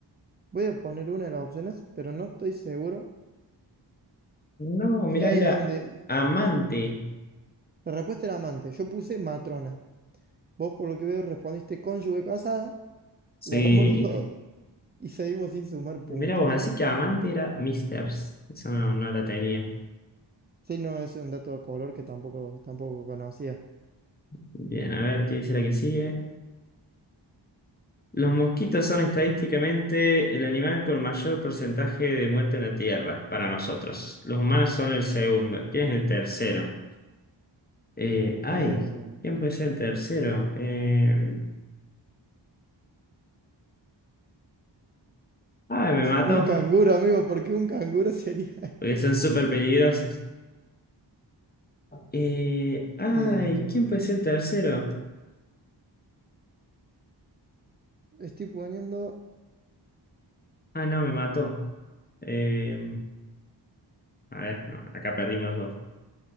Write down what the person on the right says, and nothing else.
Voy a poner una de las opciones, pero no estoy seguro.
Y ahí
es donde
la respuesta era amante. Yo puse matrona. Vos, por lo que veo, respondiste cónyuge casada.
Le erramos los dos y seguimos sin sumar
puntos.
Sí, no, es un dato de color que tampoco, tampoco conocía.
Em,
un canguro, amigo, porque un canguro <laughs> sería...
Em,
estoy poniendo